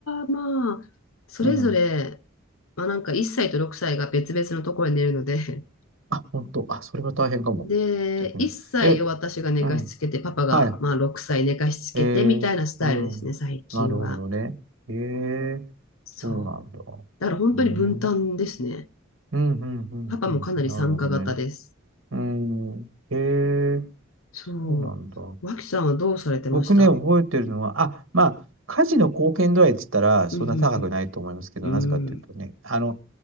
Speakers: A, on the left (about 80°); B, on the right (about 70°).
A: まあ、それぞれ、
B: うん。
A: まあなんか1歳と6歳が別々のところに寝るので、
B: あ、本当。あ、それは大変かも。
A: <laughs> で、
B: 逆に。
A: 1歳を私が寝かしつけて、
B: え、うん。
A: パパがまあ6歳寝かしつけてみたいなスタイルですね、
B: はいええ、うん。
A: 最近は。
B: なるほどね。ええ、
A: そ
B: そうなんだ。
A: う。だから本当に分担ですね。
B: うん。うん、うん、うん、
A: パパもかなり参加型です。
B: うん。なるほどね。うん。ええ、
A: そう。
B: そうなんだ。
A: 脇さんはどうされてました
B: 僕ね、覚えてるのは、あ、まあ、家事の貢献度合いっつったら、そんな高くないと思いますけど、
A: うん、うん、う
B: なぜかというとね、
A: ん。
B: あの、